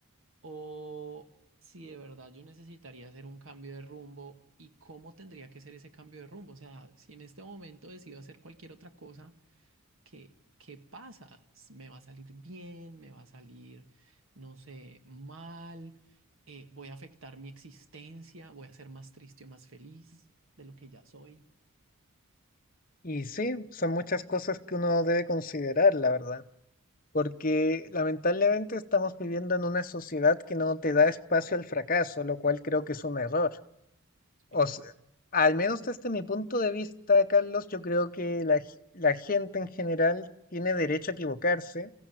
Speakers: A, on the right (about 65°); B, on the left (about 40°).
A: o si de verdad yo necesitaría hacer un cambio de rumbo y cómo tendría que ser ese cambio de rumbo. O sea, si en este momento decido hacer cualquier otra cosa ¿qué, qué pasa? ¿Me va a salir bien? ¿Me va a salir, no sé, mal? Eh, ¿voy a afectar mi existencia? ¿Voy a ser más triste o más feliz de lo que ya soy?
B: Y sí, son muchas cosas que uno debe considerar, la verdad. Porque lamentablemente estamos viviendo en una sociedad que no te da espacio al fracaso, lo cual creo que es un error. O
A: Sí,
B: sea, al menos desde mi punto de vista, Carlos, yo creo que la, g- la gente en general tiene derecho a equivocarse,